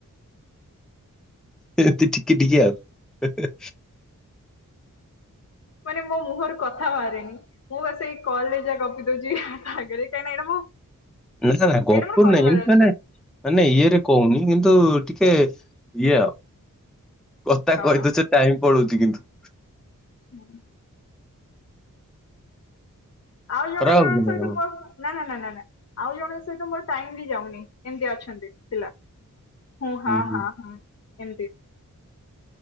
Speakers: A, in the centre; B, on the left.
A: ହେନ୍ତି ଟିକି ଟିକି ଆଉ ହେ ହେ।
B: ମାନେ ମୋ ମୁହଁରୁ କଥା ଭାରେନି। ମୁଁ ବାସ ଏଇ କଲେ ଜା ଗପି ଦୋଉଚି ହା ଆଗରେ କାଇଁ ନା ଏଇନା ମୁଁ
A: ନା ନା ଗୋପୁର
B: ଏଇଟା ମୋର କରିବାର
A: ନାଇଁ ଏମ୍ତି
B: ଅଛି।
A: ମାନେ ମାନେ ଇଏରେ କୋହୁନି କିନ୍ତୁ ଟିକେ ଇଏ ଆଉ। କତା
B: କଣ?
A: କଇଦୋଉଛ ଟାଇମ ପଳୋଉଚି କିନ୍ତୁ।
B: ହୁଁ। ଆଉ ଜଣେ
A: ଖରାପ
B: ଜଣଙ୍କ
A: ଭାବୁଛ ନା
B: ସହିତ
A: କଣ?
B: ମୋର ପା ନା ନା ନା ନା ନା ଆଉ ଜଣଙ୍କ ସହିତ ମୋର ଟାଇମ ବି ଯାଉନି ଏମିତି ଅଛନ୍ତି ପିଲା। ହଁ
A: ହୁଁ
B: ହାଁ
A: ହୁଁ
B: ହାଁ ହାଁ ଏମ୍ତି